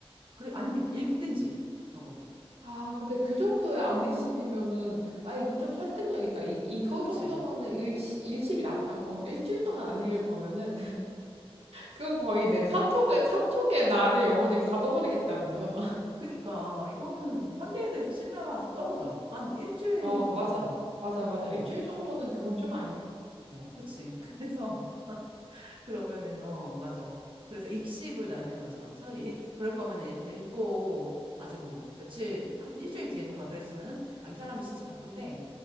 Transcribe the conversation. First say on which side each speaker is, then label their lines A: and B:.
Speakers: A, on the right; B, on the right.
A: 그래 아니면 읽든지 적어도
B: 아, 근데 그 정도의 안일십이면은, 아, 이거 좀 설득력 있다. 이, 이거
A: 그치?
B: 정도면은 일시, 일십이 낫다. 어, 일주일 동안 안 읽을 거면은. 그건 거의 내 카톡에, 카톡에 나를 영원히 가둬버리겠다는 거잖아. <laughs>
A: 그니까 이거는 상대에 대해서 신뢰가 좀 떨어져 한 일주일
B: 어,
A: 정도
B: 맞아.
A: 막
B: 맞아, 맞아.
A: 어 어
B: 일주일 정도는 그건 좀 아니야.
A: 그치? <laughs> 그래서 그러면은 어 맞아 그래서 읽씹을 나는 맞아 차라리 읽 그럴 거면 읽고 아주 뭐 며칠 한 일주일 뒤에 정말 그랬으면은 아 이 사람이 진짜 바쁜데